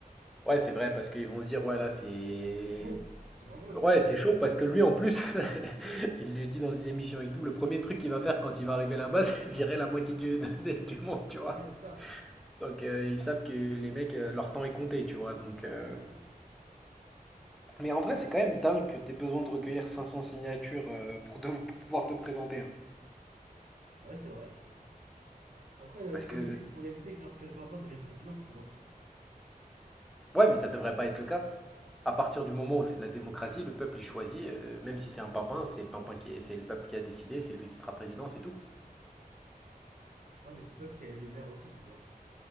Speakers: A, in the centre; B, on the right (about 60°).
A: Ouais, c'est vrai, parce qu'ils vont se dire, ouais, là, c'est.
B: C'est chaud, c'est dangereux.
A: Ouais, c'est chaud, parce que lui, en plus, <laughs> il le dit dans une émission et tout, le premier truc qu'il va faire quand il va arriver là-bas, <laughs> c'est virer la moitié du, <laughs> du monde, tu vois.
B: Ouais, c'est ça,
A: Donc euh, ils savent que les mecs, euh, leur temps est compté, tu vois. Donc,
B: c'est ça,
A: euh,
B: bah oui.
A: Mais en vrai, c'est quand même dingue que t'aies besoin de recueillir 500 signatures euh, pour, de- pour pouvoir te présenter. hein.
B: Ouais, c'est vrai. Après, d'un autre
A: Parce
B: côté,
A: que...
B: c'est pour éviter que n'importe quel pimpin devienne président, tu vois.
A: Ouais, mais ça devrait pas être le cas. À partir du moment où c'est de la démocratie, le peuple il choisit, euh, même si c'est un pimpin, c'est le pimpin qui est- c'est le peuple qui a décidé, c'est lui qui sera président, c'est tout.
B: Ouais, mais c'est le peuple qui a élu les maires aussi, tu vois.